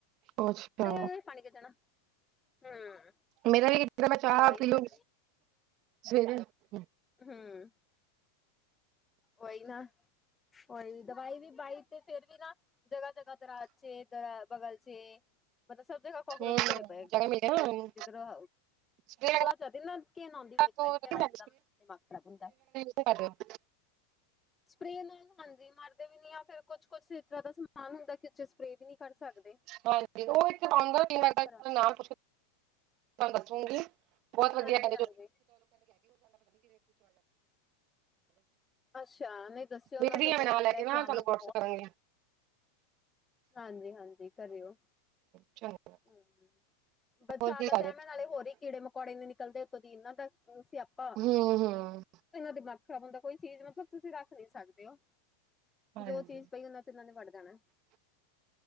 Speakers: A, on the right (about 50°); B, on the left (about 15°).
A: ਓ ਫੋ।
B: ਏ ਪਾਣੀ ਗਿਰ ਜਾਣਾ, ਹੂੰ।
A: ਮੇਰਾ ਵੀ <unintelligible> ਮੈ ਚਾ
B: ਤੇ ਉਹੀ
A: ਪੀਲੂ
B: ਫਿਰ
A: ਸਵੇਰੇ। ਹੂੰ
B: ਹੂੰ। ਓਈ ਨਾ, ਓਈ ਦਵਾਈ ਵੀ ਪਾਈ ਤੇ ਫੇਰ ਵੀ ਨਾ, ਜਗ੍ਹਾ-ਜਗ੍ਹਾ ਦਰਾਜ ਚੇ ਦ ਬਗਲ ਚੇ ਮਤਲਬ ਸਭ ਜਗਾ ਕੋਕਰੋਚ
A: ਜਗ੍ਹਾ
B: ਈ ਭਰੇ ਪਏ ਏਕ ਦਮ,
A: ਮਿਲ ਗਿਆ ਨਾ
B: ਜਿਦਰੋਂ
A: ਸਪਰੇ
B: ਬੋਤ ਜਾਦੇ ਨਾ, ਘਿਨ ਆਂਦੀ ਵੇਖ-ਵੇਖ
A: ਵਗੈਰਾ
B: ਕੇ ਨਾ ਏਕਦਮ ਦਿਮਾਗ ਖਰਾਬ ਹੁੰਦਾ ਏ।
A: ਕੀ ਕਰ ਰਏ ਓ?
B: ਸਪਰੇ ਨਾਲ ਨਾ ਹਾਂਜੀ ਮਰਦੇ ਵੀ ਨੀ ਆ, ਫੇਰ ਕੁਛ-ਕੁਛ ਇਸ ਤਰ੍ਹਾਂ ਦਾ ਸਮਾਨ ਹੁੰਦਾ ਏ ਕਿ ਏਚ ਸਪਰੇ ਵੀ ਨੀ ਕਰ ਸਕਦੇ।
A: ਹਾਂਜੀ, ਓ ਏਥੇ ਆਂਦਾ ਰੇਂਦਾ ਹੈਗਾ
B: ਖਰਾ
A: ਮੈਂ ਨਾਂ ਪੁਛ ਕੇ ਤਾਨੂੰ ਦੱਸੂਂਗੀ। ਬੋਤ ਵਦੀਆ
B: ਹਾਂਜੀ
A: <unintelligible>
B: ਹਾਂਜੀ ਅੱਛਾ ਨਹੀਂ ਦੱਸਿਓ
A: ਵੇਖਦੀ
B: ਫਿਰ
A: ਆਂ ਮੈਂ
B: ਜ਼ਰੂਰ
A: ਨਾ ਲੈ ਕੇ ਨਾ ਤਾਨੂੰ
B: ਆਵਾਂਗੇ
A: ਵਟਸਅਪ ਕਰਾਂਗੀ।
B: ਹਾਂਜੀ-ਹਾਂਜੀ ਕਰੇਓ। ਹਾਂ
A: ਚੰਗਾ
B: ਬਰਸਾਤ
A: ਹੋਰ ਕੀ
B: ਦਾ
A: ਕਰ
B: ਟੈਮ
A: ਰਹੇ
B: ਐ ਨਾਲੇ ਹੋਰ ਈ ਕੀੜੇ ਮਕੌੜੇ ਨੀ ਨਿਕਲਦੇ। ਕਦੀ ਏਨਾਂ ਦਾ ਸਿਆਪਾ,
A: ਹੂੰ-ਹੂੰ
B: ਇਨਾਂ ਦਿਮਾਗ ਖ਼ਰਾਬ ਹੁੰਦਾ, ਕੋਈ ਚੀਜ ਮਤਲਬ ਤੂਸੀ ਰਖ ਨੀ ਸਕਦੇ ਓ,
A: ਹਾਂਜੀ
B: ਜੋ ਚੀਜ ਪਈ ਉਨਾਂ ਚ ਇਨਾਂ ਨੇ ਵੜ ਜਾਨੈ।